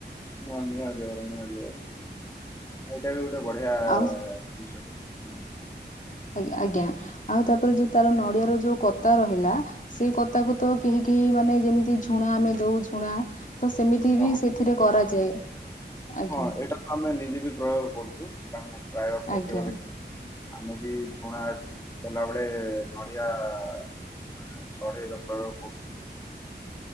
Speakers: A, on the left; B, on the left.
A: ମୋ ନିହାତି ଭାବରେ ନିହାତି ଭାବରେ ଆଉ ଏଟା ଗୋ ଟେ ବଢିଆ ଜିନିଷଟି।
B: ଆଉ
A: ହୁଁ,
B: ଆ, ଆଜ୍ଞା ଆଉ ତାପରେ ଯୋଉ ତାର ନଡିଆର ଯୋଉ କତା ରହିଲା ସେଇ କତାକୁ ତ କେହି କି ମାନେ ଯେମିତି ଝୁଣା ଆମେ ଦଉ ଝୁଣା ତ ସେମିତି
A: ହଁ
B: ବି
A: ହଁ
B: ସେଥିରେ କରାଯାଏ। ଆଜ୍ଞା
A: ହଁ ଏଇଟା ତ ଆମେ ନିଜେ ବି ପ୍ରୟୋଗ କରୁଚୁ। କାହିଁକି ନା ପ୍ରାୟ ପ୍ରତ୍ଯେକ
B: ଆଜ୍ଞା
A: ଦି ଆମେ ବି ଝୁଣା ଦେଲା ବେଳେ ନଡିଆ ମାନେ ସଢେଇ ର ପ୍ରୟୋଗ କରୁଛୁ।